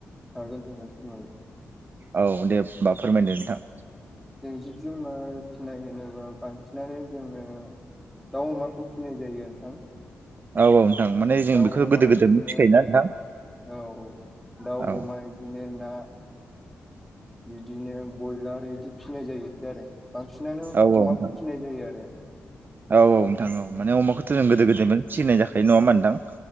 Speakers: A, in the centre; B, on the right.
A: हागोन हागोन फोरमायोन
B: औ दे होमबा फोरमायदो नोंथां
A: जों जिब जुनार फिनाय होनोबा बांसिनानो जोङो दाउ अमाखौ फिसिनाय जायो नोंथां
B: औ औ नोंथां माने जों
A: दाउ
B: बेखौ
A: अमा
B: गोदो
A: बिदिनो
B: गोदायनो फिखायोना नोंथां
A: औ औ दाउ
B: औ औ
A: अमा बिदिनो ना बिदिनो बयलार बिदि फिनाय जायोखो आरो बांसिनानो
B: औ नोंथां
A: अमाखौ फिनाय जायो आरो
B: औ औ नोंथां औ माने अमाखौथ' जों गोदो गोदाय सिसिनाय जाखायो नङा होमा नोंथां